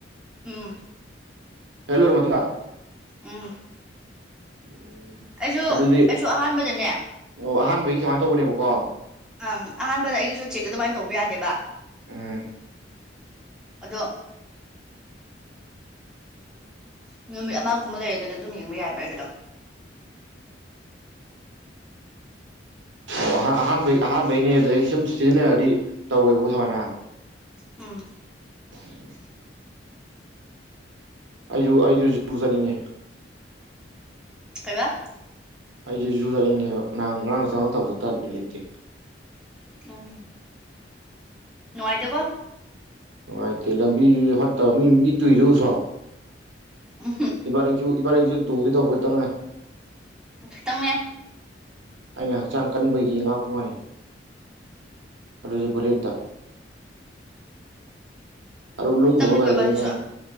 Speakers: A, in the centre; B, on the right.
A: ꯎꯝ
B: ꯍꯦꯜꯂꯣ ꯃꯇꯨꯡꯕ
A: ꯎꯝ
B: ꯎ
A: ꯑꯩꯁꯨ
B: ꯑꯗꯨꯗꯤ
A: ꯑꯩꯁꯨ ꯑꯍꯥꯟꯕꯗꯅꯦ
B: ꯑꯣ ꯑꯍꯥꯟꯕ ꯒꯤ ꯁꯃꯥꯏ ꯇꯧꯕꯅꯦꯕ ꯋꯥ
A: ꯑꯝ ꯑꯍꯥꯟꯕꯗ ꯑꯩꯒꯤꯁꯨ ꯆꯦꯛꯛ ꯑꯗꯨꯃꯥꯏꯅ ꯇꯧꯕ ꯌꯥꯗꯦꯕ <inaudible>
B: ꯎꯝ
A: ꯑꯗꯣ ꯅꯨꯃꯤꯠ ꯑꯃꯒꯨꯝꯕ ꯂꯩꯔꯒꯗꯤ ꯑꯗꯨꯝ ꯌꯦꯡꯕ ꯌꯥꯏꯕ ꯍꯥꯏꯒꯗꯣ
B: ꯑꯣ ꯑꯍꯥꯟꯕꯩ ꯑꯍꯥꯟꯕꯩꯅꯦ ꯑꯗꯨꯗꯒꯤ ꯁꯨꯝ ꯁꯤꯖꯤꯟꯅꯔꯗꯤ ꯇꯧꯔꯣꯏꯕꯀꯣ ꯁꯨꯃꯥꯏꯅ
A: ꯎꯝ
B: ꯎꯝ ꯑꯩꯁꯨꯨ ꯑꯩꯁꯨ ꯆꯨꯖꯅꯤꯡꯉꯦ
A: ꯀꯩꯕꯥ
B: ꯑꯩꯁꯦ ꯖꯨ ꯆꯠꯂꯤꯅꯤꯡꯉꯦꯕ ꯑꯥꯡ ꯉꯔꯥꯡ ꯆꯪꯉꯛꯇꯕꯗ ꯇꯠꯄꯤ ꯂꯩꯇꯦ
A: ꯎꯝ ꯅꯨꯡꯉꯥꯏ ꯇꯧꯕꯣ
B: ꯅꯨꯡꯉꯥꯏꯇꯦ ꯂꯝꯕꯤ ꯐꯠꯇꯕ ꯃꯤ ꯃꯤ ꯇꯨꯏꯁꯦ ꯑꯨꯗꯔꯣ
A: ꯎꯝ
B: ꯏꯕꯥ ꯏꯡꯁꯨ ꯏꯕꯥꯁꯨ ꯇꯧꯒ ꯇꯧꯕ ꯇꯉꯥꯏ
A: ꯈꯤꯇꯪꯅꯦ
B: ꯑꯩꯅ ꯍꯛꯆꯥꯡ ꯀꯟꯕꯒꯤ ꯉꯥꯛꯄ ꯋꯥꯅꯤ ꯔꯖ ꯄꯨꯂꯠꯇ ꯑ ꯂꯨꯝꯒꯕ
A: ꯈꯤꯇꯪꯅꯤꯀꯣ
B: ꯀꯥꯏꯈ
A: ꯏꯕꯥꯅꯤꯁꯨ
B: ꯉꯥꯏ